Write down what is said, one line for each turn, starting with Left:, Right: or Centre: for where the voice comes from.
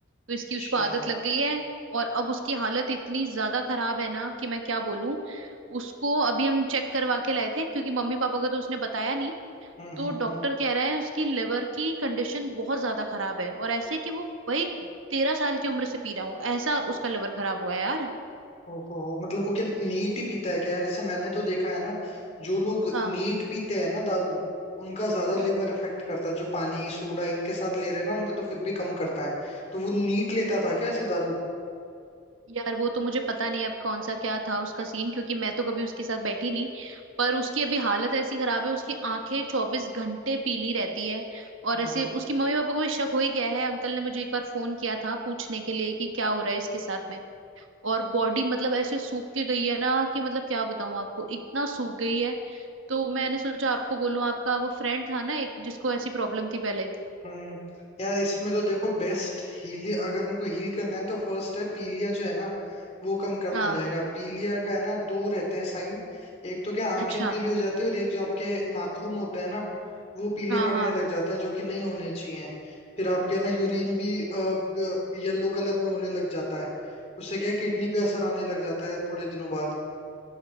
Right: तो इसकी
Left: अच्छा
Right: उसको आदत लग गई है और अब उसकी हालत इतनी ज्यादा खराब है ना कि मैं क्या बोलूं उसको अभी हम चेक करवा के लाए थे क्योंकि मम्मी पापा को तो उसने बताया नहीं
Left: हम्म
Right: तो
Left: हम्म हम्म
Right: डॉक्टर कह रहा है उसकी लिवर की कंडीशन बहुत ज्यादा खराब है और ऐसे कि वो भाई तेरह साल की उम्र से पी रहा हो ऐसा उसका लिवर खराब हुआ है यार
Left: ओहो हो मतलब वो क्या नीट ही पीता है क्या यार जैसे मैंने तो देखा है ना जो लोग
Right: हाँ
Left: नीट पीते हैं ना दारू उनका ज्यादा
Right: हम्म
Left: लीवर इफेक्ट करता है जो पानी सोडा इनके साथ ले रहे हैं ना उनका तो फिर भी कम करता है तो वो नीट लेता था क्या ऐसे दारू
Right: यार वो तो मुझे पता नहीं अब कौन सा क्या था उसका सीन क्योंकि मैं तो कभी उसके साथ बैठी नहीं पर उसकी अभी हालत ऐसी खराब है उसकी आंखें चौबीस घंटे पीली रहती है और
Left: हम्म
Right: ऐसे
Left: हम्म।
Right: उसकी मम्मी पापा को भी शक हो ही गया है अंकल ने मुझे एक बार फोन किया था पूछने के लिए कि क्या हो रहा है इसके साथ में और बॉडी मतलब ऐसे सूख के गई है ना कि मतलब क्या बताऊं आपको इतना सूख गई है तो मैंने सोचा आपको बोलूं आपका वो फ्रेंड था ना एक जिसको ऐसी प्रॉब्लम थी पहले
Left: हम्म यार इसमें तो देखो बेस्ट हील अगर उनको हील करना है तो फर्स्ट है पीलिया जो है ना वो कम करना
Right: हाँ
Left: रहेगा पीलिया का है ना दो रहते हैं साइन एक तो क्या आंखें
Right: अच्छा
Left: पीली हो जाती है और एक जो आपके नाखून होते हैं ना वो पीले
Right: हाँ
Left: पड़ने
Right: हाँ
Left: लग जाते हैं जो कि नहीं होने चाहिए फिर आपके है ना यूरिन भी येलो कलर में होने लग जाता है उससे क्या किडनी पे असर आने लग जाता है थोड़े दिनों बाद